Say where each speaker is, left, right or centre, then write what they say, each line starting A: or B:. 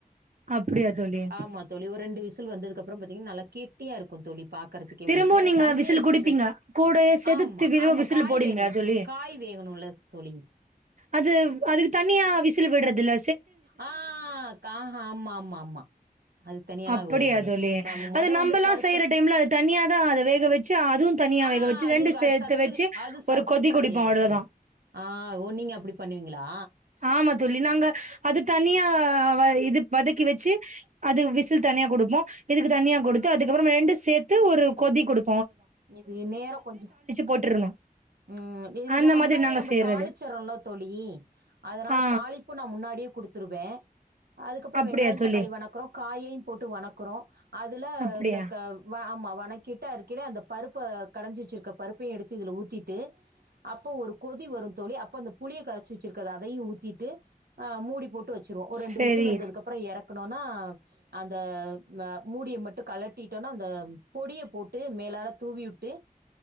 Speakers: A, on the right (about 50°); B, on the right (about 80°).
A: அப்டியா தோழி
B: ஆமா தோழி ஒரு ரெண்டு விசில் வந்ததுகப்றோ பாத்திங்னா நல்லா கெட்டியா இருக்குந் தோழி பாக்கறதுக்கே
A: திரும்பவு
B: உங்ளுக்கு வேற
A: நீங்க
B: தண்ணியே
A: விசில்
B: எக்ஸ
A: குடுப்பீங்க கூடயே சேத்து
B: ஆம்மா
A: திரும்ப
B: ஆமா
A: விசில்
B: காய்
A: போடுவீங்களா
B: வேகணு
A: தோழி
B: காய் வேகணுல தோழி
A: அது அதுக்கு தனியா விசில் விடறதில்ல
B: ஆஹ் காஹ் ஆமா ஆமா ஆமா அது தனியாலாம்
A: அப்படியா
B: விடுறது.
A: தோழி
B: நம்ம ம்.
A: அது
B: மொத
A: நம்பெலா
B: வந்து பருப்ப
A: செய்யுற டைம்ல அது தனியாதா அத வேக வச்சு அதுவு தனியா
B: ஆ
A: வேக வச்சு
B: அது
A: ரெண்டு சேத்து
B: அது சத்து
A: வெச்சு
B: அது சத்து
A: ஒரு கொதி
B: கெடையாது
A: குடிப்போ அவ்ளோதா
B: தோழி. ஆ ஓ! நீங்க அப்டி பண்ணுவீங்களா?
A: ஆமா தோழி நாங்க அது தனியா வ இது வதக்கி வச்சு அது விசில் தனியா குடுப்போ இதுக்கு தனியா குடுத்து அதுக்கப்பறோ ரெண்டு சேத்து ஒரு கொதி குடு
B: இது நேரோ கொஞ்சோ
A: போட்டுருணு
B: ம் இது
A: அந்த
B: நா
A: மாதிரி
B: முன்னாடியே
A: நாங்க
B: நம்ம
A: செய்றது
B: தாளிச்சர்ரோல தோழி அதனால
A: ஆ
B: தாளிப்பு நா முன்னாடியே குடுத்துருவே அதுகப்றோ
A: அப்டியா
B: வெங்காய
A: தோழி
B: தக்காளி வணக்குறோ காயையு போட்டு வணக்குறோ அதுல
A: அப்டியா
B: இந்த க ஆமா வணக்கி கிட்ட அருக்கைல அந்த பருப்ப கடஞ்சி வச்சிருக்க பருப்பயு எடுத்து இதுல ஊத்தி ட்டு அப்போ ஒரு கொதி வரு தோழி அப்ப அந்த புளிய கரச்சி வச்சிருக்றத அதயு ஊத்திட்டு மூடி போட் டு வச்சிருவோ ஒரு ரெண்டு
A: செரி
B: விசில் வந்ததுக்கப்றோ எறக்குனோனா அந்த ம மூடிய மட்டு கழட் டிட்டோனா அந்த பொடிய போட்டு மேலால தூவிவுட்டு